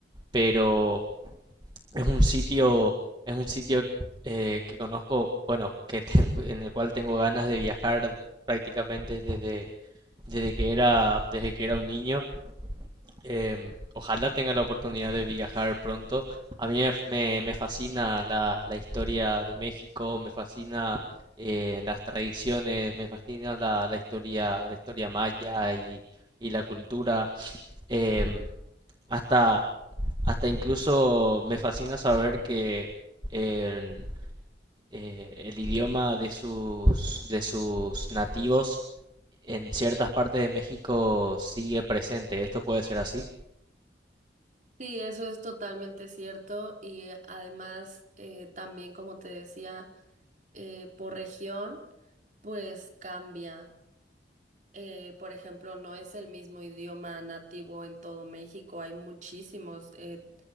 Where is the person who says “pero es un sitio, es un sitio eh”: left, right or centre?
Right